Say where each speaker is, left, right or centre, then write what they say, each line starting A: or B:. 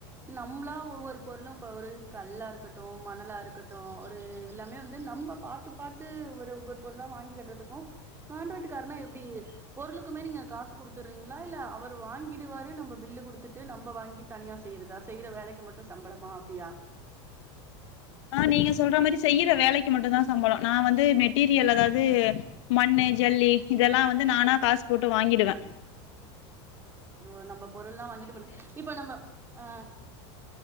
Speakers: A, on the right; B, on the left.
A: நம்பளா ஒவ்வொரு பொருளு இப்போ ஒரு கல்லா இருக்கட்டு மணலா இருக்கட்டு ஒரு எல்லாமே வந்து நம்ப பாத்து பாத்து ஒரு ஒவ்வொரு பொருளா வாங்கி கட்றதுக்கு கான்ராக்டுக்கார்னா எப்டி பொருளுக்குமே நீங்க காசு குடுத்து ரிங்களா இல்ல அவரு வாங்கிடுவாரு நம்ப பில்லு குடுத்துட்டு நம்ப வாங்கி தனியா செய்றதா செய்யுர வேலைக்கி மட் சம்பளமா அப்டியா
B: ஆ நீங்க சொல்ற மாரி செய்யுற வேலைக்கி மட்டும்தா சம்பளம் நா வந்து மெட்டீரியல் அதாது மண்ணு ஜல்லி இதல்லா வந்து நானா காசு போட்டு வாங்கிடுவே
A: ஒ நம்ப பொருள்லா வாங்கிட்டு பண்ணு இப்போ நம்ப ஆ